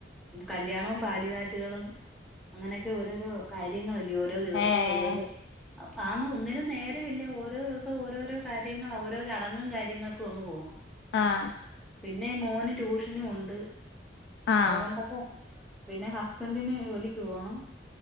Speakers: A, in the centre; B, on the left.
A: കല്യാണവും പാലു കാച്ചലുകളും അങ്ങനെയൊക്കെ ഓരോരോ കാര്യങ്ങളല്ലേ ഓരോ ദിവസവും
B: ഏഹ്
A: ഓരോരോ ആന്ന് ഒന്നിനും നേരമില്ല ഓരോ ദിവസം ഓരോരോ കാര്യങ്ങൾ ഓരോ ചടങ്ങും കാര്യങ്ങൾ ഒന്ന് പോണം
B: ആഹ്
A: പിന്നെ മോന് ട്യൂഷനും പോണ്ട്
B: ആഹ്
A: അതുകൊണ്ടൊക്കെ പിന്നെ ഹസ്ബൻഡിന് ജോലിക്ക് പോണം